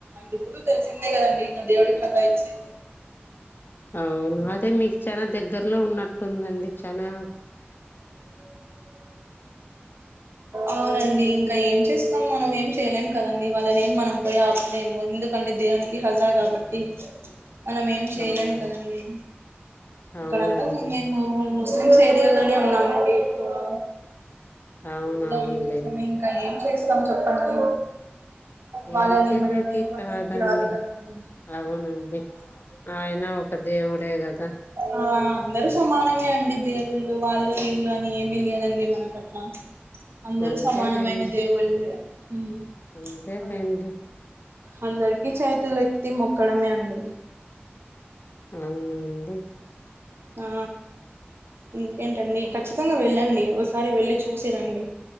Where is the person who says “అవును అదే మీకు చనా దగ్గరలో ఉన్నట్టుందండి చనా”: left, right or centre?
Left